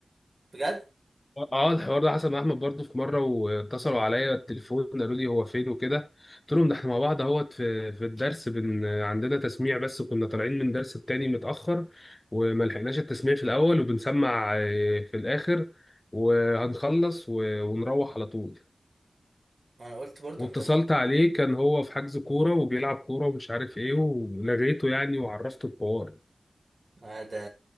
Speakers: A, on the right; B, on the left.
A: بجد
B: اه الحوار ده حصل مع احمد برضه في مره واتصلوا عليا التليفون قالوا لي هو فين وكده قلت لهم ده احنا مع بعض اهوت في في الدرس بن عندنا تسميع بس كنا طالعين من درس التاني متاخر وما لحقناش التسميع في الاول وبنسمع آه، في الاخر وهنخلص و- ونروح على طول
A: ما انا قلت برضو
B: واتصلت
A: انت م...
B: عليه كان هو في حجز كوره وبيلعب كوره ومش عارف ايه ولغيته يعني وعرفته الحوار
A: آه ده